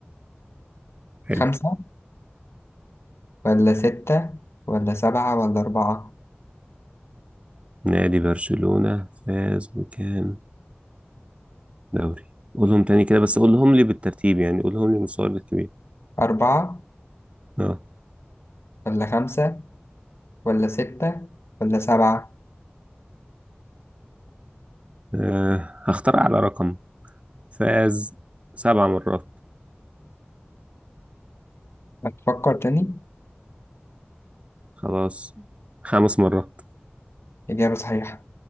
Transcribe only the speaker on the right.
حلو
نادي برشلونة فاز بكام دوري قولهم تاني كده بس قولهم لي بالترتيب يعني قولهم لي مستوى الكبير
اه
آه، هختار على رقم فاز سبع مرات
خلاص خمس مرات